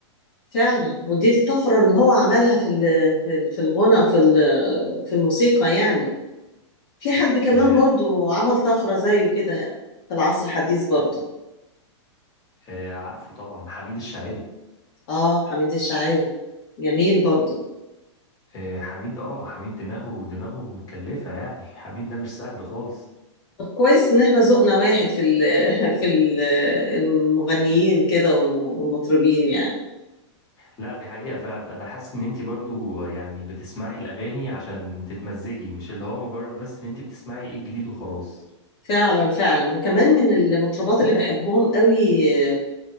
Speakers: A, on the left; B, on the left.
A: فعلا ودي الطفره اللي هو عملها في ال- في ال- في الغنى وفي ال- في الموسيقى يعني في حد كمان
B: آه
A: برضو عمل طفره زيه كده في العصر الحديث برضو
B: آه عارفه طبعا حميد الشاعري
A: اه حميد الشاعري جميل برضو
B: آه حميد اه حميد دماغه دماغه متكلفه يعني <laughs> حميد ده مش سهل خالص
A: طب كويس ان احنا ذوقنا واحد في ال <laughs> في ال المغنيين كده والمطربين يعني
B: لا دي حقيقة فعلا أنا حاسس إن أنت برضو يعني بتسمعي الأغاني عشان تتمزجي مش اللي هو مجرد بس إن أنت بتسمعي إيه الجديد وخلاص
A: فعلا فعلا وكمان من المطربات اللي بحبهم قوي آه،